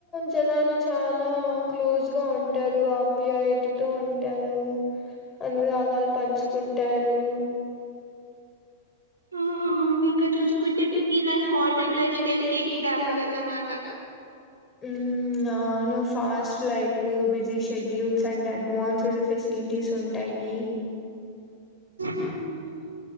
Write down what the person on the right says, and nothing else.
మ్ ముందింకా చూసుకుంటే city life modern lifestyle కి ఎగ్జాంపుల్ అన్నమాట
మ్